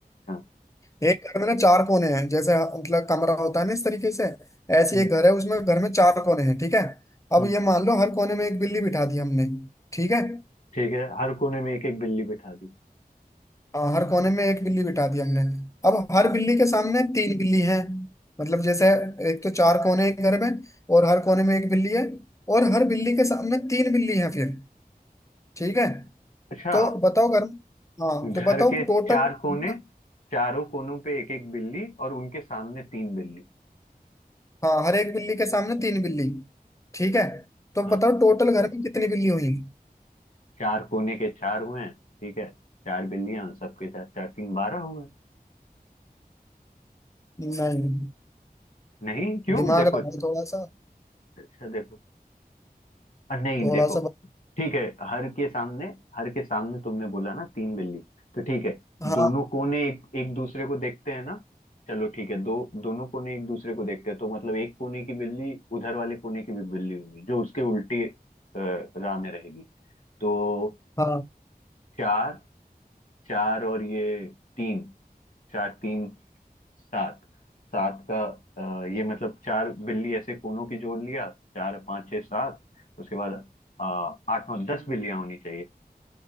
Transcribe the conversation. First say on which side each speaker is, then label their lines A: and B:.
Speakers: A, on the left; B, on the left.
A: हाँ
B: एक घर में ना चार कोने हैं जैसे मतलब कमरा होता है ना इस तरीके से ऐसे
A: हम्म
B: एक घर है उसमें घर में चार कोने हैं ठीक है अब
A: हम्म
B: ये मान लो हर कोने में एक बिल्ली बिठा दी हमने ठीक है
A: ठीक है हर कोने में एक एक बिल्ली बिठा दी
B: हाँ हर कोने में एक बिल्ली बिठा दी हमने अब हर बिल्ली के सामने तीन बिल्ली हैं मतलब जैसे एक तो चार कोने हैं घर में और हर कोने में एक बिल्ली है और हर बिल्ली के सामने तीन बिल्ली हैं फिर ठीक है
A: अच्छा
B: तो बताओ घर में हाँ तो
A: घर
B: बताओ
A: के
B: टोटल
A: चार
B: कितना
A: कोने चारों कोनों पे एक एक बिल्ली और उनके सामने तीन बिल्ली
B: हाँ हर एक बिल्ली के सामने तीन बिल्ली ठीक है तो
A: हाँ
B: बताओ टोटल घर में कितनी बिल्ली हुई
A: चार कोने के चार हुए हैं ठीक है चार बिल्लियां सबके साथ चार तीन बारह हुए हैं।
B: नहीं
A: नहीं क्यों
B: दिमाग
A: देखो
B: लगाओ थोड़ा सा
A: अच्छा देखो अ, नहीं
B: थोड़ा
A: देखो
B: सा बत-
A: ठीक है हर के सामने हर के सामने तुमने बोला ना तीन बिल्ली तो ठीक है
B: हाँ
A: दोनों कोने एक एक दूसरे को देखते हैं ना चलो ठीक है दो दोनों कोने एक दूसरे को देखते हैं तो मतलब एक कोने की बिल्ली उधर वाले कोने की भी बिल्ली होगी जो उसके उल्टी अ, राह में रहेगी तो
B: हाँ
A: चार चार और ये तीन चार तीन सात सात का अ, ये मतलब चार बिल्ली ऐसे कोनों की जोड़ लिया चार पाँच छः सात उसके बाद अ, आठ नौ दस बिल्लियां होनी चाहिए